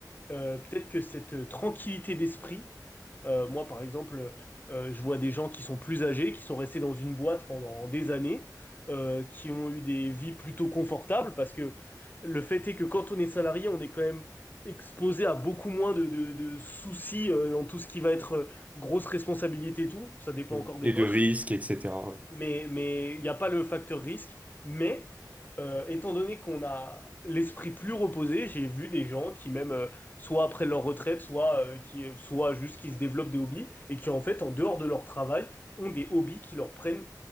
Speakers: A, on the left; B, on the right.
A: euh, peut-être que cette euh, tranquillité d'esprit, euh, moi par exemple, euh, je vois des gens qui sont plus âgés, qui sont restés dans une boîte pendant des années, euh, qui ont eu des vies plutôt confortables, parce que le fait est que quand on est salarié, on est quand même exposé à beaucoup moins de, de- de soucis euh, dans tout ce qui va être euh, grosse responsabilité et tout. Ça dépend
B: Mm.
A: encore des
B: Et
A: postes
B: de risques, etc. ouais.
A: mais mais il n'y a pas le facteur risque. Mais euh, étant donné qu'on a l'esprit plus reposé, j'ai vu des gens qui même euh, soit après leur retraite, soit euh, qui soit juste qui se développent des hobbies et qui en fait en dehors de leur travail ont des hobbies qui leur prennent